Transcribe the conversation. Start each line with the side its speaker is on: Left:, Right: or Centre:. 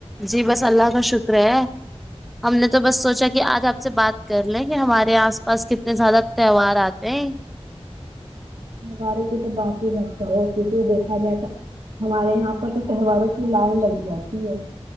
Centre: جی بس اللہ کا شکر ہے ہم نے تو بس سوچا کہ آج آپ سے بات کر لیں کہ ہمارے آس پاس کتنے زیادہ تہوار آتے ہیں
Right: مہوارو کی تو بات ہی لگتا ہے کرو کیونکہ دیکھا جائے تو ہمارے یہاں پر تو تہواروں کی لائن لگی رہتی ہے